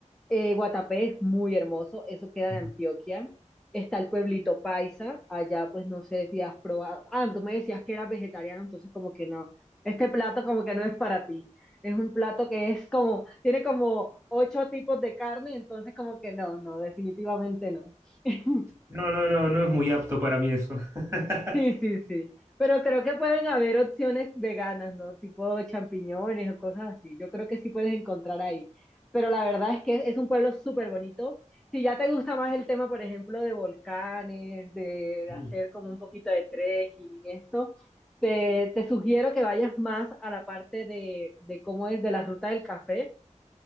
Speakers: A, in the centre; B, on the right.
A: Eh, Guatapé es muy hermoso, eso queda
B: <laughs>
A: en Antioquia. Está el pueblito Paisa, allá pues no sé si has probado. Ah, tú me decías que eras vegetariano, entonces como que no. Este plato como que no es para ti. Es un plato que es como, tiene como ocho tipos de carne, entonces como que no, no, definitivamente no. <laughs>
B: No, no, no, no es muy apto para mí eso. <laughs>
A: Sí, sí, sí. Pero creo que pueden haber opciones veganas, ¿no? Tipo champiñones o cosas así. Yo creo que sí puedes encontrar ahí. Pero la verdad es que es un pueblo súper bonito. Si ya te gusta más el tema, por ejemplo, de volcanes, de
B: Uy.
A: hacer como un poquito de trekking y esto, te, te sugiero que vayas más a la parte de, de cómo es de la ruta del café.